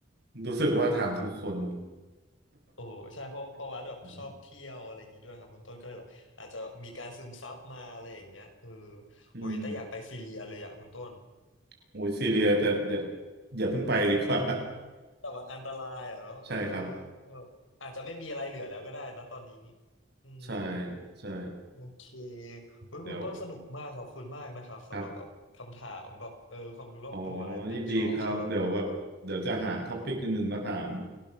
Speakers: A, on the right; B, on the left.
A: รู้สึกว่าถามถูกคน
B: โอ้ใช่เพราะเพราะวัดแบบชอบเที่ยวอะไรอย่างนี้ด้วยครับคุณต้นก็เลยแบบอาจจะมีการซึมซับมาอะไรอย่างเงี้ยเออ
A: <laughs> อืมอืม
B: อุ้ยแต่อยากไปซีเรียเลยอ่ะคุณต้น
A: โอ้ยซีเรียแต่อย่าอย่าเพิ่งไปดีกว่า
B: <laughs> มันแต่มันอันตรายอ่ะเนาะเออ
A: <laughs> ใช่ครับ
B: แบบอาจจะไม่มีอะไรเหลือแล้วก็ได้นะตอนนี้อืม
A: ใช่ใช่
B: โอเคเว้ยคุณต้นสนุกมากขอบคุณมากนะครับสำหรับแบบคำถามแบบเออความรู้รอบตัวอะไรแบบเนี้ยชอบชอบ
A: เดี๋ยวครับอ๋อยินดีครับเดี๋ยวแบบเดี๋ยวจะหาท็อปิกอื่นๆมาถาม